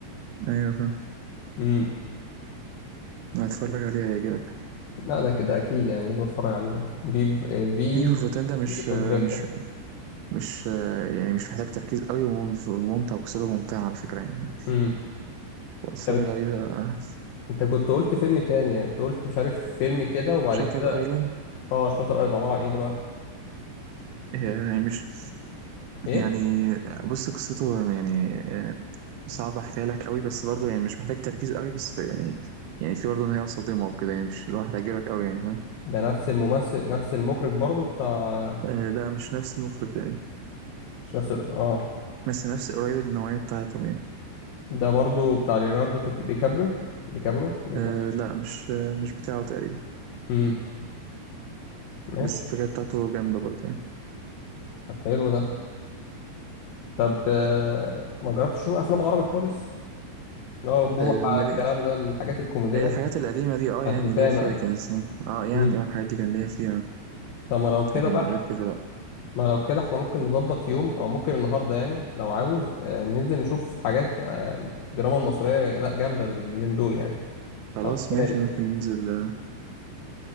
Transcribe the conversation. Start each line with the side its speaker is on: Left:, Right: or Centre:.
Right: ايوه فاهم
Left: امم
Right: هتفرج عليها هيعجبك
Left: لا ده كده أكيد يعني لازم أتفرج عليه في في
Right: في فورفتين ده مش
Left: في فورجلاندا
Right: مش مش يعني مش محتاج تركيز قوي وممف- وممتع وقصته ممتعة على فكرة يعني
Left: امم
Right: اتفرج
Left: طب
Right: عليه ده
Left: أنت كنت قلت فيلم تاني يعني أنت قلت مش عارف فيلم كده وبعد
Right: شاتر
Left: كده
Right: ايلاند
Left: أه الشاطر الأرض عبارة عن إيه ده بقى؟
Right: هي مش
Left: إيه؟
Right: يعني بص قصته يعني آه، صعب احكيها لك قوي بس برضه يعني مش محتاج تركيز قوي بس في يعني يعني في برضه نهاية صادمة وكده يعني مش اللي هو هتعجبك قوي يعني فاهم؟
Left: ده نفس الممثل نفس المخرج برضو بتاع
Right: آه لا مش نفس المخرج يعني
Left: مش نفس ال... أه
Right: بس نفس قريب النوعية بتاعتهم يعني
Left: ده برضو بتاع ليوناردو دي كابري دي كابرو دي كابرو
Right: آه لا مش آه مش بتاعه تقريبا
Left: امم ماشي
Right: بس الفكرة بتاعته جامدة برضه يعني
Left: طب حلو ده طب آه، ما جربتش تشوف افلام عربي خالص اللي هو بوحة
Right: آه مليئة
Left: الكلام ده الحاجات الكوميدية
Right: هي الحاجات القديمة دي اه
Left: بتاعت
Right: يعني
Left: روتانا
Right: ليا فيها لكن الص- اه يعني
Left: مم.
Right: اه الحاجات دي كان ليا فيها
Left: طب ما لو كده
Right: لكن
Left: بقى
Right: غير كده لأ
Left: ما لو كده احنا ممكن نظبط يوم او ممكن النهارده يعني لو عاوز آه، ننزل نشوف حاجات آه، الدراما المصرية لا جامدة باليومين دول يعني
Right: خلاص
Left: أو
Right: ماشي
Left: السنة دي.
Right: ممكن ننزل آه،